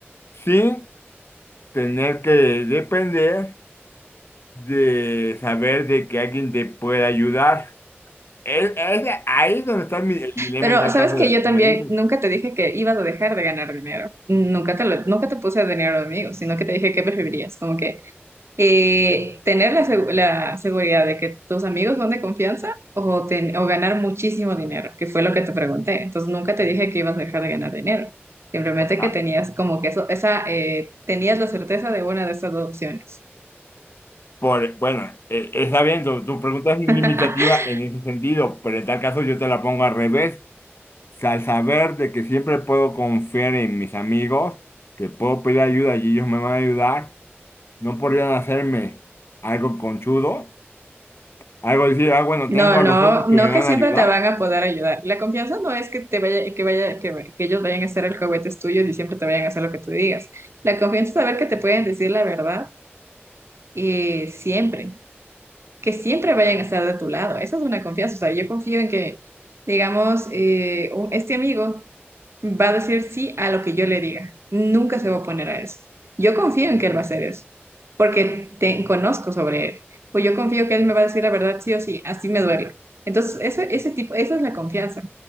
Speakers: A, on the left; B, on the right.
A: sin tener que depender de saber de que alguien te puede ayudar. Es, es ahí donde está mi, el dilema
B: Pero
A: en tal
B: sabes
A: caso
B: que
A: de lo
B: yo
A: que tú
B: también
A: me dices.
B: nunca te dije que ibas a dejar de ganar dinero. Nunca te lo- nunca te puse dinero de amigos, sino que te dije qué preferirías. Como que eh, tener la, segu- la seguridad de que tus amigos son de confianza o, ten- o ganar muchísimo dinero, que fue lo que te pregunté. Entonces nunca te dije que ibas a dejar de ganar dinero, simplemente
A: Ah,
B: que tenías como que eso, esa, eh, tenías la certeza de una de estas dos opciones.
A: por, bueno, eh, está bien, tu, tu pregunta es limitativa
B: <laughs>
A: en ese sentido, pero en tal caso yo te la pongo al revés. sea, al saber de que siempre puedo confiar en mis amigos, que puedo pedir ayuda y ellos me van a ayudar, no podrían hacerme algo conchudo, algo decir, ah, bueno,
B: No,
A: tengo
B: no,
A: a los otros que
B: no
A: me van
B: que siempre
A: a ayudar.
B: te van a poder ayudar. La confianza no es que te vaya, que vaya, que, que ellos vayan a ser el juguetes tuyos y siempre te vayan a hacer lo que tú digas. La confianza es saber que te pueden decir la verdad y siempre. que siempre vayan a estar de tu lado. Esa es una confianza. O sea, yo confío en que, digamos, eh, un- este amigo. Va a decir sí a lo que yo le diga. Nunca se va a oponer a eso. Yo confío en que él va a hacer eso, porque te conozco sobre él. Pues yo confío que él me va a decir la verdad sí o sí, así me duele. Entonces, ese, ese tipo, esa es la confianza.